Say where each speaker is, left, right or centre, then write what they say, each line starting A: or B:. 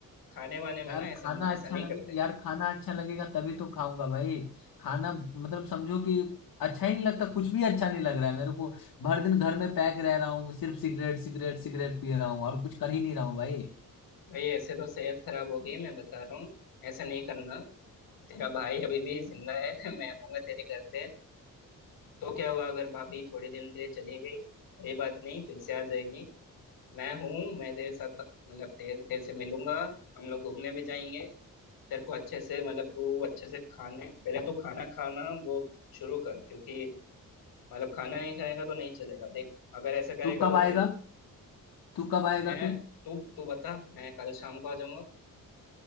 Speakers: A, on the left (about 85°); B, on the left (about 70°).
A: खाने वाने में
B: यार
A: ना ऐसा
B: खाना अच्छा
A: ऐसा नहीं
B: लगे
A: करते
B: यार खाना अच्छा लगेगा तभी तो खाऊंगा भाई खाना मतलब समझो कि अच्छा ही नहीं लगता कुछ भी अच्छा नहीं लग रहा है मेरे को भर दिन घर में पैक रह रहा हूँ सिर्फ सिगरेट सिगरेट सिगरेट पी रहा हूँ और कुछ कर ही नहीं रहा हूँ भाई
A: भाई ऐसे तो सेहत खराब होगी मैं बता रहा हूँ ऐसा नहीं करना तेरा भाई अभी भी जिंदा है <laughs> मैं आऊंगा तेरे घर पे तो क्या हुआ अगर भाभी थोड़ी दिन के लिए चली गई कोई बात नहीं फिर से आ जाएगी मैं हूँ मैं तेरे साथ मतलब तेरे तेरे से मिलूंगा हम लोग घूमने भी जाएंगे तेरे को अच्छे से मतलब तू अच्छे से खाने पहले तो खाना खाना वो शुरू कर क्योंकि मतलब खाना नहीं खाएगा तो नहीं चलेगा देख अगर ऐसा करेगा
B: तू कब
A: तो
B: आएगा
A: फिर दु-
B: तू कब आएगा
A: मैं
B: फिर
A: तू तू बता मैं कल शाम को आ जाऊंगा